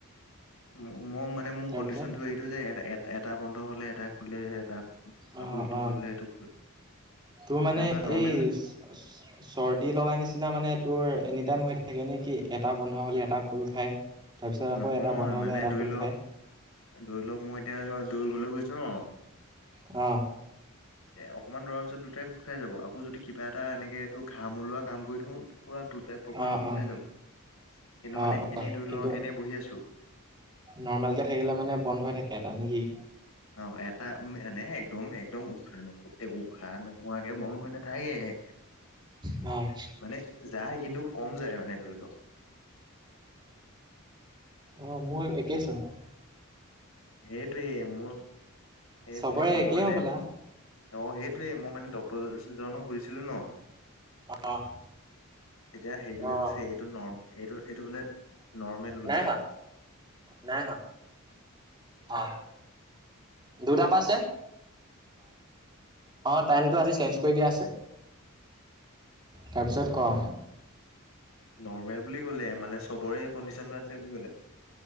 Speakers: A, on the left (about 75°); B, on the right (about 20°).
A: মো ম মানে মোৰ
B: তাৰপিছত
A: কণ্ডিশনটো এইটো যে এ এট এটা বন্ধ হলে এটা খোলে এটা আকৌ
B: অ
A: ইটো
B: অ
A: খুলিলে এইটো খোল
B: তোৰ মানে
A: তাৰপৰা নৰ্মেল
B: এইছ
A: বুলি
B: চৰ্দি লগা নিচিনা মানে তোৰ এনি টাইম হৈ থাকে নে কি এটা বন্ধ হ'লে এটা খোল খায়। তাৰপিছত আকৌ
A: নহয়
B: এটা বন্ধ হ'লে
A: মানে
B: এটা
A: ধৰি
B: খোল
A: ল
B: খায়।
A: ধৰি লওক মই এতিয়া দৌৰিবলৈ গৈছো ন।
B: অঁ
A: <inaudible> এ অকণমান দৰাৰ পিছত দুটাই খোট খাই যাব, আকৌ যদি কিবা এটা এনেকে এইটো ঘাম ওলোৱা কাম কৰি থওঁ পুৰা দুটাই প্ৰপাৰ
B: অঁ
A: খোল
B: অঁ
A: খাই যাব, কিন্তু
B: অঁ
A: মানে এনেই ধৰি
B: কিন্তু
A: লও এনেই বহি আছো।
B: নৰ্মেলকে থাকিলে মানে বন্ধ হৈ থাকে এটা নেকি?
A: অঁ, এটা এনে একদম একদম উশাহ ন উশাহ নোহোৱাকে বন্ধ হৈ নাথাকে। <inaudible>
B: অঁ
A: মানে যায়, কিন্তু কম যায় মানে ধৰি লওক।
B: অ, মোৰ একেই চোন।
A: সেইটোৱে মোৰ, এই
B: চবৰে
A: মই
B: একেই
A: মানে
B: হ'বলা
A: অঁ, সেইটয়ে মই মানে ডক্তৰ ওচৰলৈ যদি যাওঁ ন সুধিছিলো ন।
B: অঁ
A: তেতিয়া সেইজনে
B: অঁ
A: কৈছে, এইটো ন এইটো এইটো বোলে নৰ্মেল বোলে।
B: নাই হোৱা নাই হোৱা। অ দুটা পা আছে। অ টাইমটো আজি চেঞ্জ কৰি দিয়া আছে। তাৰপিছত ক।
A: নৰ্মেল বুলি কলে, মানে চবৰে কণ্ডিচনটো আছে বুলি কলে।